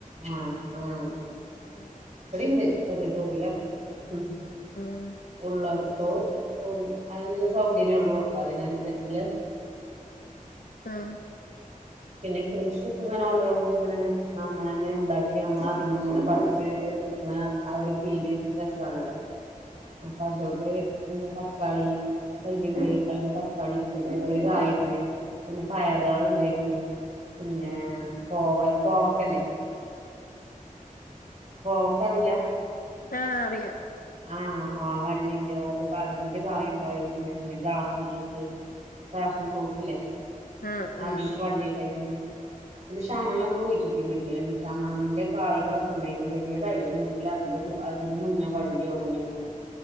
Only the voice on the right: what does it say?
ആഹ് ആഹ്
ഇവിടെയുണ്ട് ചെറിയ തോതിലൊക്കെ ഉം
ഉള്ളട ത്ത് ഉം അതിനുള്ള സൗകര്യവേയുള്ളു അപ്പൊ അതിനനുസരിച്ചുള്ള
പിന്നെ കൃഷിയൊക്കെ ഇങ്ങനെ ഓരോന്ന് ഇങ്ങനെ നമ്മള് തന്നെ ഇണ്ടാക്കി നമ്മളാദ്യം വന്ന് പറിച്ച് കിട്ടണ ആ ഒരു ഫീല് രസാണല്ലോ? അപ്പൊ അതുകൊണ്ട് എന്താ തക്കാളി തയ്യിണ്ട് അതിന് തക്കാളി എടുത്തേക്കണ് ഒരു കായിണ്ട് പിന്നെ പയറ് ഉണ്ടായേക്കണ് പിന്നെ കോവ കോവക്കയില്ലേ കോവക്ക അറിയില്ല
ആഹ് ആഹ് വള്ളിണ്ട് അത് അതിന്മേൽ കായിഇണ്ടായിക്ക്ണ് ഇനി പ്രാസംപ്രുട്ട് പാസം ഫ്രൂട്ട്ല്ലേ
അതിന്റെ
വള്ളിണ്ടായ്ക്ക്ണ് പിന്നെ ഷമാമൊക്കെ കുയിച്ചിട്ടീനി <unintelligible> ഷമാമിന്റെ കായികളൊക്കെ ഇണ്ടായിനിം വല്യതായീല മൂത്തില അതിന്റ കൂ അതിന്റെ മുന്നേ വള്ളി ഒണങ്ങിപ്പോയി